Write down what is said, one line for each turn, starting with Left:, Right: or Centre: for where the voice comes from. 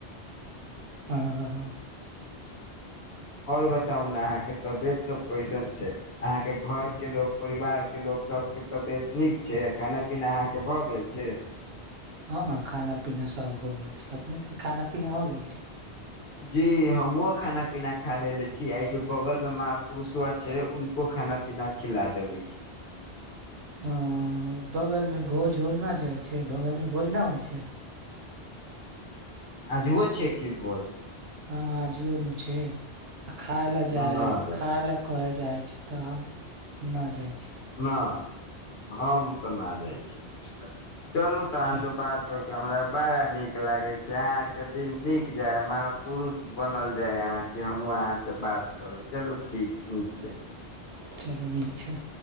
Right: ह ह ह ह
Left: आ़ओर बताउ ने अहाँके तबियत सब कइसन छै। अहाँके घर के लोक परिवार के लोक सबके तबियत नीक छै। खाना पीना अहाँ के भ गेल छै।
Right: हँ खाना पीना सब हो गेल छै। अपने के खाना पीना हो गेल छै। <inaudible>
Left: जी हमहुं खाना पीना खा लेलेे छी आ जो बगल में महा पुरुषो छै। उनको खाना पिना खिला देबै छी।
Right: हँ बगल में भोज होना जाइ छै बगल में ना होइ छै।
Left: आजुओ छैय की भोज
Right: हँ आजुओ न छै <inaudible> तऽ खाय लऽ जा
Left: हम न जानै
Right: खाय
Left: छी
Right: लऽ कह जाइ छै तऽ हम <inaudible> न जाइ छै।
Left: ना <inaudible> हम तऽ ना जाइ छी। चलू तऽ
Right: चह
Left: अहाँ स बात कर केँ हमरा बड़ा निक लागे छै अहाँकेँ दिन नीक जाय महापुरुष बनल जाय अहाँ केँ से हमहूँ अहाँ से बात करब चलू ठीक नीक छै।
Right: चलू नीक छै।